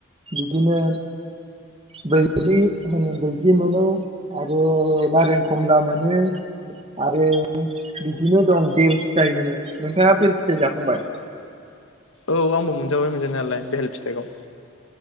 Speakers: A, on the right; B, on the left.
A: बिदिनो बैग्रि होनो बैग्रि मोनो आरो नारें खमला मोनो आरो बिदिनो दं बेल फिथाइ होनो नोंथाङा बेल फिथाइ जाखांबाय
B: औ आंबो मोनजाबाय मोनजानाय नालाय बेहेल फिथाइखौ